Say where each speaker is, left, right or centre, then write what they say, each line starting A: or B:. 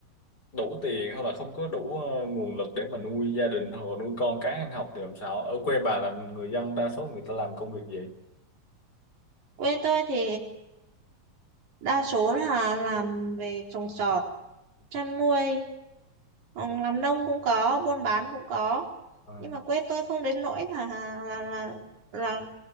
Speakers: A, on the left (about 30°); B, on the right (about 80°).
A: đủ tiền hoặc là không có đủ ờ, nguồn lực để mà nuôi gia đình hoặc là nuôi con cái ăn học thì làm sao ở quê bà là người dân đa số người ta làm công việc gì
B: Quê tôi thì đa số là làm về trồng trọt, chăn nuôi, ừ, làm nông cũng có, buôn bán cũng có.
A: À,
B: Nhưng mà quê tôi không đến nỗi là là là là